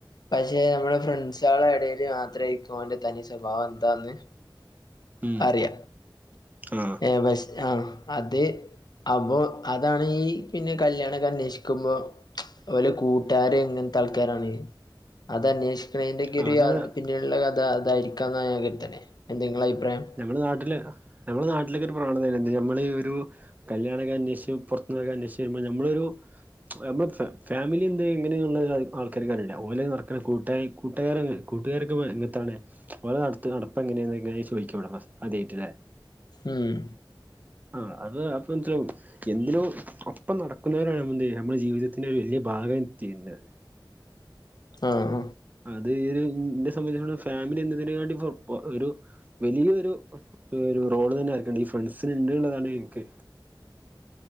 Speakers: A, on the left (about 55°); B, on the right (about 20°).
A: പക്ഷേ നമ്മുടെ ഫ്രണ്ടസേളെ ഇടയിൽ മാത്രായിരിക്കും ഓന്റെ തനി സ്വഭാവം എന്താന്ന്.
B: <inaudible> ഉം
A: അറിയ
B: ആഹ്
A: ഏഹ് പക്ഷ ആഹ് അത് അപ്പോ അതാണ് ഈ പിന്നെ കല്യാണക്കന്നേഷിക്കുമ്പോ ഒലെ കുട് ട്ടാര് ങ്ങനത്തെ ആൾക്കാരാണ്. അത് അന്വേഷിക്കണെന്റെ
B: ആഹ്
A: ഒരു
B: അതാണ്
A: യാ ള്ള കഥ അതായിരിക്കാ ന്നാ ഞാൻ കരുതെണെ എന്തെങ്ങെളെ അഭിപ്രായം?
B: നമ്മുടെ നാട്ടില് നമ്മളുടെ നാട്ടിലൊക്കെ ഒരു പ്രവണത എന്ത് നമ്മൾ ഒരു കല്യാണക്കന്നേഷിച്ചു പുറത്തുള്ളോരേ ക്കെ അന്വേഷിച്ചു വരുമ്പോൾ നമ്മളൊരു നമ്മളെ ഫാ ഫാമിലി എന്ത എങ്ങനെയുള്ളത് ന്ന് ആൾക്കാര് ക്ക റീല ഓല നടക്കണ കൂട്ടായി ണ്ട്. കൂട്ടുകാരുണ്ട് കൂട്ടുകാരൊക്കെ പ്പോ എങ്ങനത്തെണ് ഓലെ വിടത്ത നടപ്പെങ്ങനെ എങ്ങനെയ ചോദിക്കട അത ആട്ടല്ലേ
A: ഉം
B: ആഹ് അത് അപ്പൊ വേണ് ച്ചാൽ എന്തിനും ഒപ്പം നടക്കുന്നവരാണ് നമ്മലെന്ദചെയ്യാ നമ്മുടെ ജീവിതത്തിന്റെ ഒരു വലിയ ഭാഗായി തീർന്നത്.
A: ആഹ
B: അത് ഈ ഒരു ഇെ സംബന്ധിച്ചട ഫാമിലി എന്നതിനന് വേണ്ടി ഒരു വലിയൊരു ഒരു റോള് തന്നെ ആയിക്കണ്ട് ഈ ഫ്രണ്ട്സിിന ഉണ്ട്ള്ളതാണ് എനിക്ക്ത്